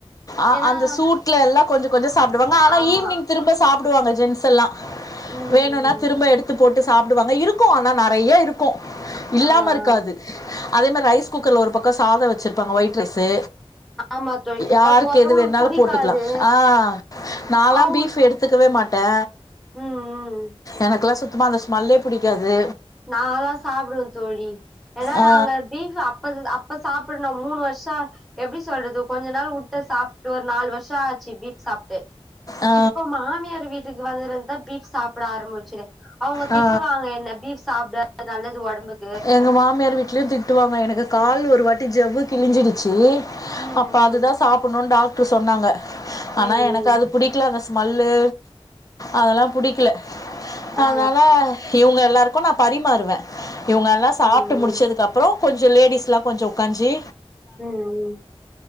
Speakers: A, on the left; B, in the centre.
A: அ
B: ஏன்னா
A: அந்த சூட் டுல எல்லா கொஞ்சோ கொஞ்சோ சாப்பிடுவங்க ஆனா
B: ஆமா
A: ஈவ்னிங் திரும்ப சாப்படுவாங்க ஜென்ஸ்ல்லா
B: ம்
A: வேணுனா
B: ம்
A: திரும்ப எடுத்து போட்டு சாப்பிடுவாங்க இருக்கு ஆனா நெறைய இரு கு இல்லாம
B: ஆ ஆ
A: இருக்காது அதே மாரி ரைஸ் குக்கர்ல ஒரு பக்கோ சாதோ வச்சிருப்பாங்க ஒயி ட் ரைஸு
B: ஆமா தோழி
A: யாருக்கு
B: ஒருத்தங்க ஒருத்தவங்களுக்கு
A: எது வேணாலு
B: புடிக்காது
A: போட்டுக்கலா ஆ நாலாம்
B: அவங்க
A: பீப் எடுத்து எடுத்துகவே மாட்டே
B: ம் ம்
A: எனக்கெல்லா சுத்தமா அந்த ஸ்மெல்லே புடிக்காது
B: நாலா சாப்பிடவே தோழி ஏனா
A: ஆ
B: நாங்க பீஃப் அப்ப அப் ப சாப்பிடணு மூணு வருஷ எப்டி சொல்றது கொஞ்ச நாள் வுட்ட சாப்பிட்டு ஒரு நால் வருஷ ஆச்சு பீப் சாப்பிட்டு
A: ஆ
B: இப்ப மாமியார் வீட்டுக்கு வந்தருந்தா பீப் சாப்பிட ஆரம்பிச்சே அவ்ங்க திட்டுவாங்க
A: ஆ
B: என்ன பீப் சாப்பிடது நல்லது ஒடம்புக்கு
A: எங்க மாமியார் வீட்லயு திட்டுவாங்க எனக்கு கால் ஒரு வாட்டி ஜவ்வு கிழிஞ்சிடுச்சு
B: ம்
A: அப்ப அதுதா சாப்பிடணு டாக்டர் சொன்னாங்க ஆனா
B: ம் ம்
A: எனக்கு
B: ம்
A: அது பிடிக்கல அந்த ஸ்மெல்லு அதெல்லா புடிக்கல
B: ஆ ஆ
A: அதனால இவங்க எல்லாருக்கு நா பரிமாறுவே இவங்கெல்லா சாப்பிட்டு
B: ம் ம்
A: முடிச்சதுக்கப்புற
B: ம்
A: கொஞ்ச லேடீஸ்லா கொஞ்சோ உகாஞ்சு
B: ம் ம்